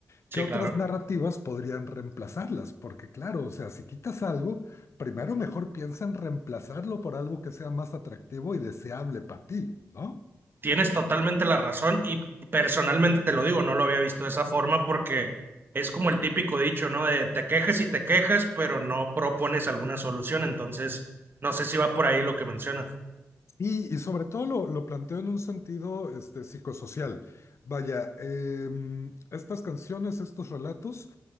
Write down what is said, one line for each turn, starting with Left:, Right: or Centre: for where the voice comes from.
Left: ¿Qué
Right: Sí,
Left: otras
Right: claro.
Left: narrativas podrían reemplazarlas? Porque claro, o sea, si quitas algo, primero mejor piensa en reemplazarlo por algo que sea más atractivo y deseable para ti, ¿no?
Right: Tienes totalmente la razón y personalmente te lo digo, no lo había visto de esa forma porque es como el típico dicho, ¿no? De te quejas y te quejas, pero no propones alguna solución. Entonces, no sé si va por ahí lo que mencionas.
Left: Y, y sobre todo lo, lo planteo en un sentido este, psicosocial. Vaya, em, estas canciones, estos relatos,